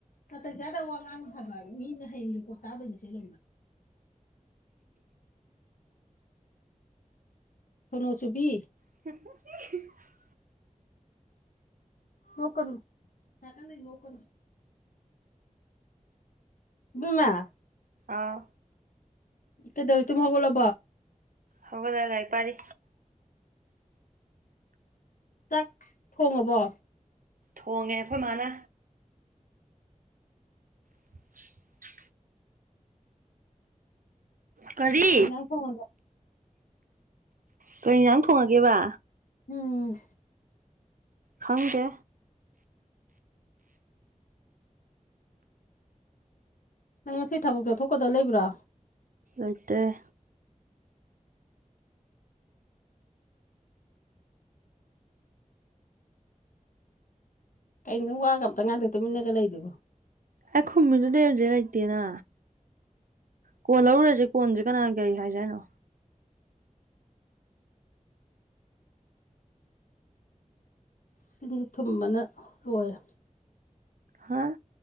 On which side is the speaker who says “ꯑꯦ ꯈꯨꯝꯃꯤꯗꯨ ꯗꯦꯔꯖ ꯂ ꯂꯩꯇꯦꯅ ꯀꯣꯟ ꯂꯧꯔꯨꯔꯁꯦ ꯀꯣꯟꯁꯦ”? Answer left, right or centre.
Right